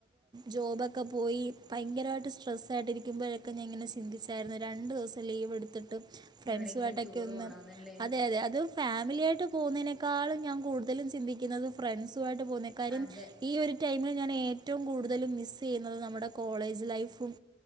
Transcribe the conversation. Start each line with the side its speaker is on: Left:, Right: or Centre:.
Right: ജോബ്ക്കെ ഒക്കെ പോയി ഭയങ്കരമായിട്ട് സ്ട്രെസ്സായിട്ടിരിക്കുമ്പഴൊക്കെ ഞാനങ്ങനെ ചിന്തിച്ചായിരുന്നു രണ്ട് ദിവസം ലീവ് എടുത്തിട്ട് ഫ്രണ്ട്സുമായിട്ടൊക്കെ
Centre: എവിടെയെങ്കിലും ടൂർ
Right: ഒന്നും
Centre: പോണോന്നല്ലേ
Right: അതെ അതെ അതും ഫാമിലിയായിട്ട് പോകുന്നതിനേക്കാൾളും ഞാൻ കൂടുതലും ചിന്തിക്കുന്നത് ഫ്രണ്ട്സു മായിട്ട് പോകുന്നേക്കാര്യം
Centre: അതെ
Right: ഈ ഒരു ടൈമിൽ ഞാൻ ഏറ്റവും കൂടുതലും മിസ്സ് ചെയ്യുന്നത് നമ്മുടെ കോളേജ് ലൈഫും